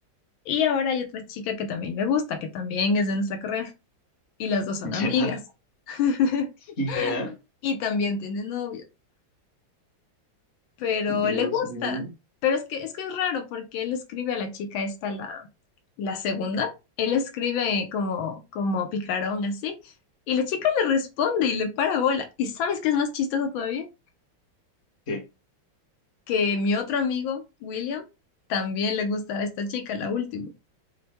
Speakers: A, on the left; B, on the left.
A: Y ahora hay otra chica que también le gusta, que también es de nuestra carrera. Y las dos son
B: ya,
A: amigas. <laughs>
B: <laughs> ya.
A: Y también tiene novio, pero
B: Dios
A: le gusta.
B: mío.
A: Pero es que es que es raro porque él escribe a la chica esta, la, la segunda. Él escribe como, como picarón así. Y la chica le responde y le para bola. ¿Y sabes qué es más chistoso todavía?
B: ¿Qué?
A: que mi otro amigo, William, también le gusta a esta chica, la última.